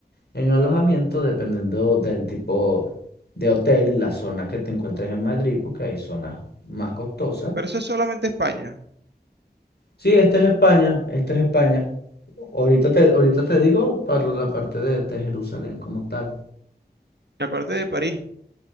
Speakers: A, on the left (about 75°); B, on the right (about 85°).
A: En alojamiento, dependiendo del tipo de hotel y la zona que te encuentres en Madrid, porque hay zonas más costosas.
B: Pero eso es solamente España.
A: Sí, este es España, este es España. Ahorita te, ahorita te digo para la parte de, de Jerusalén como tal.
B: Acuérdate de París.